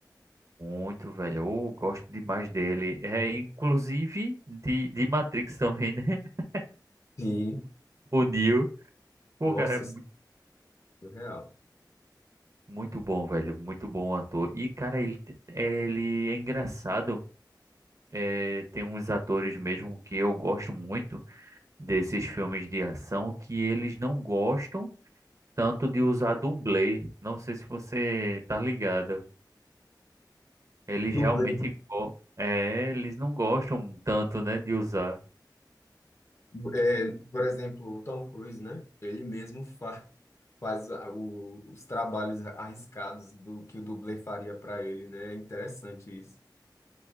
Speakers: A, on the right; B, on the left.
A: Muito, velho. Eu gosto demais dele. É, inclusive de, de Matrix também, né? <laughs>
B: Sim.
A: O, o Neo. Pô,
B: Nossa,
A: cara, é muito,
B: surreal.
A: muito bom, velho. Muito bom ator. E, cara, ele, te- ele é engraçado. É, tem uns atores mesmo que eu gosto muito desses filmes de ação que eles não gostam tanto de usar dublê. Não sei se você tá ligado. Eles
B: Dublê.
A: realmente go- é, eles não gostam tanto, né, de usar.
B: É, por exemplo, o Tom Cruise, né? Ele mesmo fa faz a- o- os trabalhos arriscados do que o dublê faria para ele, né? É interessante isso.